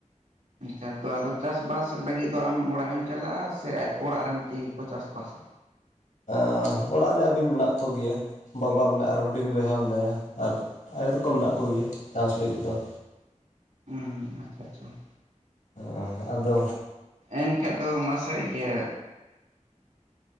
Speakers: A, on the right; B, on the left.
A: ᱠᱷᱮᱛ ᱛᱚ ᱟᱫᱚ ᱪᱟᱥᱵᱟᱥ ᱞᱟᱹᱜᱤᱫ ᱫᱚ ᱟᱢ ᱚᱲᱟᱜ ᱮᱢ ᱪᱟᱞᱟᱜᱼᱟ ᱥᱮ ᱟᱡ ᱚᱲᱟᱜ ᱨᱮᱱ ᱛᱮ ᱜᱮ ᱠᱚ ᱪᱟᱥᱵᱟᱥᱟ?
B: ᱚ ᱚᱲᱟᱜ ᱨᱮ ᱟᱹᱵᱤ ᱢᱮᱱᱟᱜ ᱠᱚ ᱜᱮᱭᱟ ᱵᱟᱵᱟ
A: ᱦᱩᱸ
B: ᱢᱮᱱᱟᱭᱟ ᱟᱨ ᱦᱩᱰᱤᱧ ᱵᱚᱭᱦᱟ ᱢᱮᱱᱟᱭᱟ᱾ ᱟᱨ ᱟᱭᱳ ᱛᱚ ᱠᱚ ᱢᱮᱱᱟᱜ ᱠᱚ ᱜᱮᱭᱟ ᱪᱟᱥ ᱞᱟᱹᱜᱤᱫ ᱫᱚ ᱾
A: ᱦᱩᱸ ᱾ ᱟᱪᱪᱷᱟ ᱟᱪᱪᱷᱟ ᱾
B: ᱚ ᱟᱫᱚ
A: ᱮᱱᱠᱷᱟᱡ ᱫᱚ ᱢᱟᱥᱮ ᱤᱭᱟᱹ